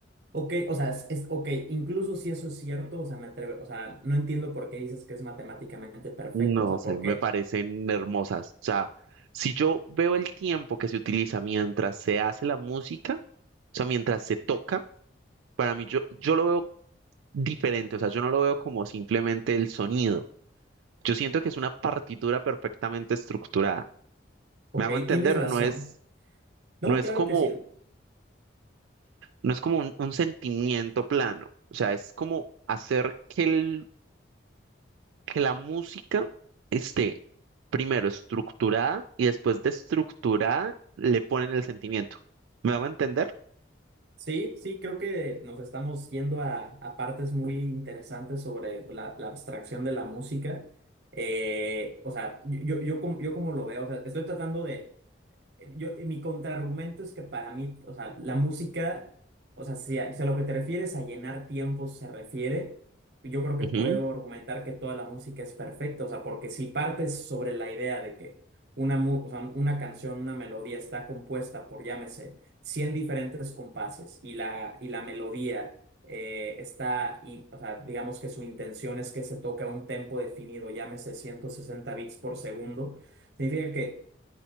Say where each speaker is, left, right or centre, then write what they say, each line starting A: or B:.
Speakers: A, on the right (about 55°); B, on the right (about 85°).
A: ok, o sea, es, es- ok, incluso si eso es cierto, o sea, me atreve, o sea, no entiendo por qué dices que es matemáticamente perfecto,
B: No
A: o sea,
B: sé,
A: porque,
B: me parecen hermosas. O sea, si yo veo el tiempo que se utiliza mientras se hace la música, o sea, mientras se toca, para mí yo, yo lo veo diferente. O sea, yo no lo veo como simplemente el sonido. Yo siento que es una partitura perfectamente estructurada.
A: ok,
B: ¿Me hago entender?
A: tienes razón.
B: No es,
A: No,
B: no es
A: claro
B: como,
A: que sí,
B: no es como un, un sentimiento plano. O sea, es como hacer que el que la música esté primero estructurada y después de estructurada le ponen el sentimiento. ¿Me hago entender?
A: sí, sí, creo que nos estamos yendo a, a partes muy interesantes sobre la, la abstracción de la música. Eh, o sea, yo, yo, yo como, yo como lo veo, o sea, estoy tratando de Yo, y mi contraargumento es que para mí, o sea, la música, o sea, si a, si a lo que te refieres a llenar tiempos se refiere, yo creo que
B: Ujú,
A: puedo argumentar que toda la música es perfecta, o sea, porque si partes sobre la idea de que una, mu- o sea, una canción, una melodía está compuesta por, llámese, 100 diferentes compases y la, y la melodía eh, está, y, o sea, digamos que su intención es que se toque a un tempo definido, llámese 160 bits por segundo, significa que